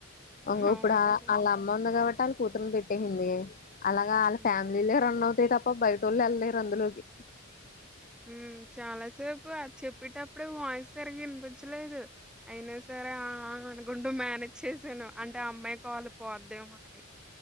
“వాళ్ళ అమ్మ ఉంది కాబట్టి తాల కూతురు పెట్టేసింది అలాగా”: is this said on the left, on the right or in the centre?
Left